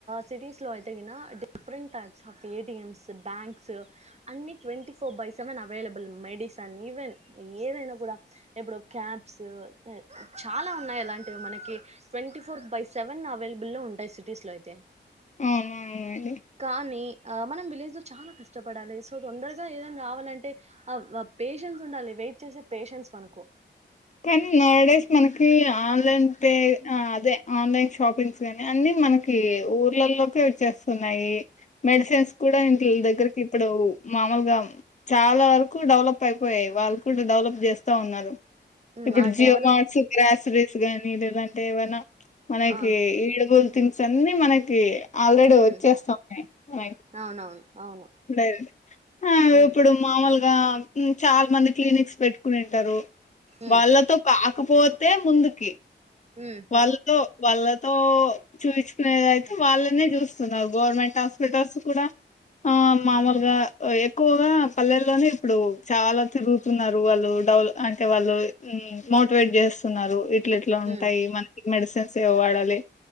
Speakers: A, on the right; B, on the left.
A: సిటీస్ లో అయితే కిన different types of ATMs banks, అన్ని twenty four by seven available, medicine, even ఏదైనా కూడా ఇప్పుడు క్యాబ్స్. చాలా ఉన్నాయి అలాంటివి మనకి ట్వంటీ ఫోర్ బైస్ సెవెన్ అవైలబుల్లో ఉంటాయి సిటీస్ లో అయితే
B: అవునవునండి.
A: కానీ ఆ మనం విలేజ్ చాలా కష్ట కష్టపడాలి సో తొందరగా ఏదన్నా రావాలంటే ఆ పేషెన్స్ ఉండాలి వెయిట్ చేసే పేషెన్స్ మనకు
B: కనీ నోడస్ మన ఈ ఆ అంటే ఆ అదే ఆన్లైన్ షాపింగ్స్ గానీ అన్ని మనకి ఊర్లలోకే వచ్చేస్తున్నాయి మెడిసెన్స్ కూడా ఇంట్లీ దగ్గరకి ఇప్పుడు మామూలుగా చాలా వరకు డెవలప్ అయిపోయాయి వాళ్ళు కూడా డెవలప్ చేస్తా ఉన్నారు
A: ఉమ్,
B: ఇప్పుడు
A: ఆ
B: జియో
A: డెవలప్
B: మార్ట్స్ గ్రసేరీస్ గని దంటేవనా మనకి
A: ఆ
B: ఏబోద్ థింగ్స్ అన్ని మనకి ఆల్రెడీ వచ్చేస్తా
A: ఉమ్
B: ఉన్నాయి మైక్
A: అవునవును అవును
B: డర్ ఆ
A: ఉమ్
B: ఇప్పుడు మామూలుగా చాలా మంది క్లినిక్స్ పెట్టుకునింటారు
A: ఉమ్
B: వాళ్ళతో కాకపోతే ముందుకి
A: ఉమ్
B: వాళ్ళతో వాళ్ళతో చూయిించుకునేదయితే వాళ్ళనే చూస్తున్నారు గవర్నమెంట్ హాస్పిటల్స్ కూడా ఆ మామూలుగా ఎక్కువగా పల్లెల్లోనే ఇప్పుడు చాలా తిరుగుతున్నారు వాళ్ళు డెవ అంటే వాళ్ళు మోటివేట్ చేస్తున్నారు ఇట్లట్లా
A: ఉమ్
B: ఉంటాయి మనకి మెడిసిన్స్ ఏవ వాడాలి